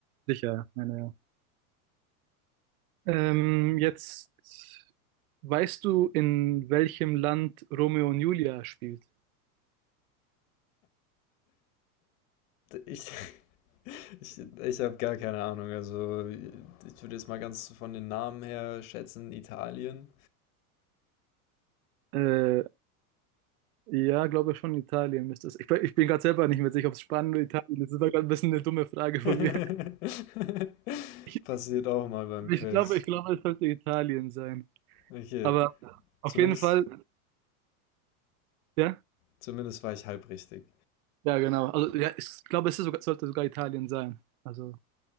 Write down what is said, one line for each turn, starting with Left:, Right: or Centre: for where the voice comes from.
Right: sicher. Meine, ja. Ähm, jetzt weißt du, in welchem Land Romeo und Julia spielt?
Left: Ich, <laughs> Ich, ich habe gar keine Ahnung. Also, ich würde jetzt mal ganz von den Namen her schätzen, Italien.
Right: Äh, ja, glaube schon Italien müsste es. Ich, bin- ich bin gerade selber nicht mehr sicher, ob es Spanien oder Italien ist. Das war gerade ein bisschen eine dumme Frage von
Left: <laughs>
Right: mir. <laughs> Ich,
Left: Passiert auch mal beim Quiz.
Right: ich glaube, ich glaube, es sollte Italien sein.
Left: Okay,
Right: Aber auf
Left: zumindest,
Right: jeden Fall, ja.
Left: zumindest war ich halb richtig.
Right: Ja, genau. Also, ja, ich glaube, es ist sogar, sollte sogar Italien sein. Also,